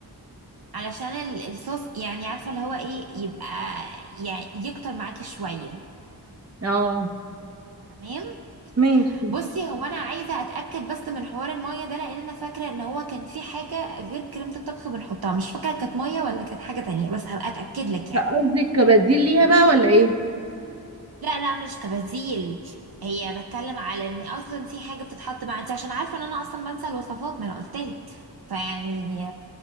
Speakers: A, on the right (about 65°); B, on the right (about 40°).
A: علشان ال- الصوص يعني عارفة اللي هو ايه يبقى يعني يكتر معاكي شوية
B: اه
A: تمام
B: ماشي
A: بصي هو انا عايزة اتأكد بس من حوار المية ده لان انا فاكرة ان هو كان في حاجة غير كريمة الطبخ بنحطها مش فاكرة كانت مية ولا كانت حاجة تانية بس هبقى اتأكد لك يعني
B: لا قصدي كبديل ليها بقى ولا ايه
A: لا لا مش كبديل هي بتكلم على ان اصلا في حاجة بتتحط مع انت عشان عارفة ان انا اصلا بنسى الوصفات ما انا قلتلك فيعني